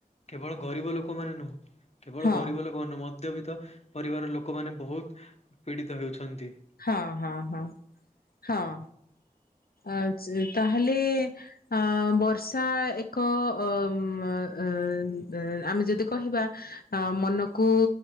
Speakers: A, on the left (about 45°); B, on the left (about 80°).
A: କେବଳ ଗରିବ ଲୋକ ମାନେ ନୁହଁ କେବଳ
B: ହଁ
A: ଗରିବ ଲୋକ ଲୋକମାନେ ମଧ୍ୟବିତ ପରିବାର ଲୋକମାନେ ବହୁତ ପୀଡିତ ହେଉଛନ୍ତି।
B: ହଁ ହଁ ହଁ ହଁ ଆଜ ତାହେଲେ ଅଁ ବର୍ଷା ଏକ ଅ ଅମ ଏ ଏଁ ଆମେ ଯଦି କହିବା ଆ ମନକୁ